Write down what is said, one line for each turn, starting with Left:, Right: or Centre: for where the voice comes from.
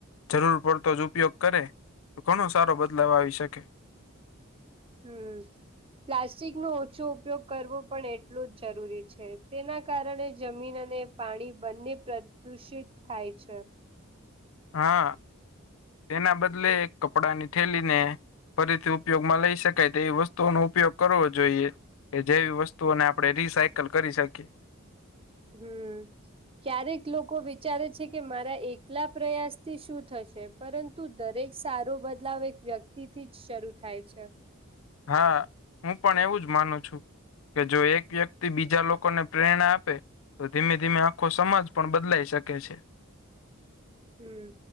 Left: જરૂર પડતો જ ઉપયોગ કરે તો કોનો સારો બદલાવ આવી શકે?
Right: હમ્મ. પ્લાસ્ટિકનો ઓછો ઉપયોગ કરવો પણ એટલું જ જરૂરી છે તેના કારણે જમીન અને પાણી બંને પ્રદુષિત થાય છે.
Left: હા, એના બદલે કપડાની થઠેલી ને ફરીથી ઉપયોગમાં લઈ શકાય તેવી વસ્તુઓનો ઉપયોગ કરવો જોઈએ. કે જેવી વસ્તુઓને આપડે રીસાયકલ કરી શકીએ.
Right: હમ્મ. ક્યારેક લોકો વિચારે છે કે મારા એકલા પ્રયાસ થી શું થશે. પરંતુ દરેક સારો બદલાવ એક વ્યક્તિથી જ શરૂ થાય છે.
Left: હા, હું પણ એવું જ માનું છું. કે જો એક વ્યક્તિ બીજા લોકોને પ્રેરણા આપે તો ધીમે ધીમે આખો સમાજ પણ બદલાઈ શકે છે.
Right: હમ્મ.